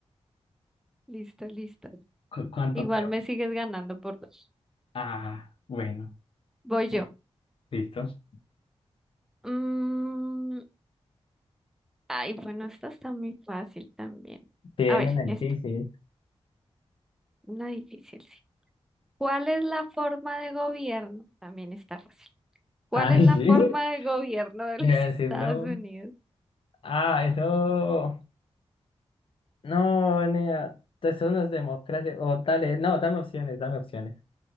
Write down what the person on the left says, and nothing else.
¿Cu- cuánto
quedamos?
Ah, bueno.
Y-
Listo. Sí,
era
una
difícil.
Ay,
sí.
<laughs>
Yo
iba a decir
no.
Ah, eso. No, nea. Eso no es democracia. O dale, no, dame opciones, dame opciones.